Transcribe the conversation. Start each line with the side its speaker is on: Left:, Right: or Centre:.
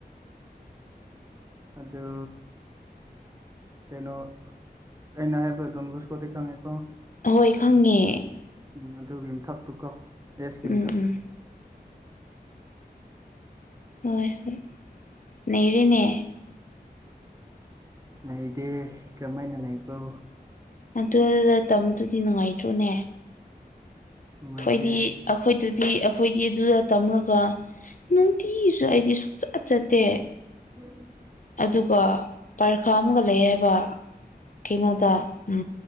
Right: ꯑꯗꯣ ꯀꯩꯅꯣ ꯑꯩꯅ ꯍꯥꯏꯕ꯭ꯔ ꯑꯗꯨꯣꯟꯒꯁꯀꯣꯗꯤ ꯈꯪꯉꯤꯀꯣ
Left: ꯍꯣꯏ ꯈꯪꯉꯦ
Right: ꯎꯝ ꯑꯗꯨꯒꯤ ꯃꯊꯛꯇꯨ ꯀꯣ ꯑꯦꯦꯁꯀꯤ
Left: ꯎꯝ
Right: ꯃꯊꯛ
Left: ꯎꯝ ꯍꯣꯏ ꯍꯣꯏ ꯁꯅꯦꯔꯤꯅꯦ
Right: ꯂꯩꯗꯦ ꯀꯔꯝꯍꯥꯏꯅ ꯂꯩꯕ꯭ꯔꯣ
Left: ꯑꯗꯨꯗ ꯇꯝꯕꯗꯨꯗꯤ ꯅꯨꯡꯉꯥꯏꯇ꯭ꯔꯣꯅꯦ ꯑꯩꯈꯣꯏꯗꯤ
Right: ꯅꯨꯡꯉꯥꯏꯇꯦ
Left: ꯑꯩꯈꯣꯏꯗꯨꯗꯤ ꯑꯩꯈꯣꯏꯗꯤ ꯑꯗꯨꯗ ꯇꯝꯔꯒ ꯅꯨꯡꯇꯤꯁꯨ ꯑꯩꯗꯤ ꯁꯨꯡꯛꯆꯠ ꯆꯠꯇꯦ
Right: ꯎꯝ
Left: ꯑꯗꯨꯒ ꯄꯔꯤꯈꯥ ꯑꯃꯒ ꯂꯩ ꯍꯥꯏꯕ ꯀꯩꯅꯣꯗ ꯎ